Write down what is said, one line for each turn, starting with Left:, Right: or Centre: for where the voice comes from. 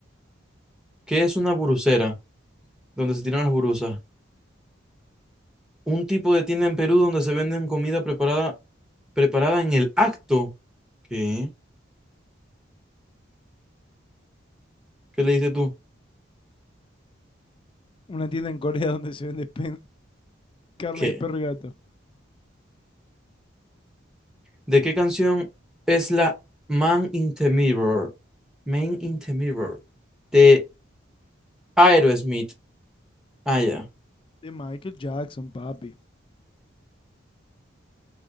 Centre: ¿Qué es una burucera? Donde se tiran las burusas. Un tipo de tienda en Perú donde se venden comida preparada, preparada en el acto. ¿Qué? ¿Qué le dices tú?
Left: Una tienda en Corea donde se vende pe- carne
Centre: ¿Qué?
Left: de perro y gato.
Centre: ¿De qué canción es la Man in the Mirror? Man in the Mirror. De Aerosmith. Ah, ya.
Left: De Michael Jackson, papi.